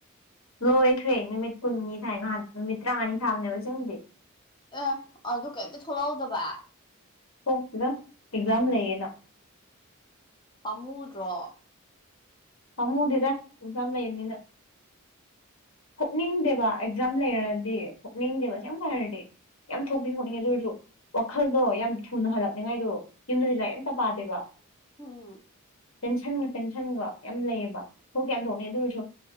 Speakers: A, on the left; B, on the left.
A: ꯂꯣꯏꯈ꯭ꯔꯦ ꯅꯨꯃꯤꯠ ꯀꯨꯟꯅꯤ ꯊꯥꯏ ꯅꯍꯥꯟ ꯅꯨꯃꯤꯠ ꯇꯔꯥꯉꯥꯅꯤ ꯊꯥꯕꯅꯦꯕ ꯑꯁꯦꯡꯕꯗꯤ
B: ꯑꯦ ꯑꯗꯨꯒ ꯀꯩꯝꯇ ꯊꯣꯛꯂꯛꯍꯧꯗꯕ
A: ꯊ‌ꯣꯛꯇ‌ꯦꯗ ꯑꯦꯛꯖꯥꯝ ꯂꯩꯌꯦꯅ
B: ꯄꯥꯝꯃꯨꯗ꯭ꯔꯣ
A: ꯄꯥꯜꯃꯨꯗꯦꯗꯥ ꯑꯦꯛꯖꯥꯝ ꯂꯩꯕꯅꯤꯅ ꯊꯣꯛꯅꯤꯡꯗꯦꯕ ꯑꯦꯛꯖꯥꯝ ꯂꯩꯔꯗꯤ ꯊꯣꯛꯅꯤꯡꯗꯦꯕ ꯑꯁꯦꯡꯕ ꯍꯥꯏꯔꯗꯤ ꯌꯥꯝ ꯊꯣꯛꯇꯤ ꯊꯣꯛꯅꯤꯡꯉꯦ ꯑꯗꯨ ꯑꯣꯏꯔꯁꯨ ꯋꯥꯈꯜꯗꯣ ꯌꯥꯝ ꯊꯨꯅ ꯍꯜꯂꯛꯅꯤꯡꯉꯥꯏꯗꯣ ꯌꯨꯝꯗꯗꯤ ꯂꯥꯏꯔꯤꯛ ꯑꯝꯇ ꯄꯥꯗꯦꯕ
B: ꯑꯝ
A: ꯇꯦꯟꯁꯟꯒ ꯇꯦꯟꯁꯟꯒ ꯌꯥꯝ ꯂꯩꯌꯦꯕ ꯊꯣꯛꯇꯤ ꯌꯥꯝ ꯊꯣꯛꯅꯤꯡꯏ ꯑꯗꯨ ꯑꯣꯏꯔꯁꯨ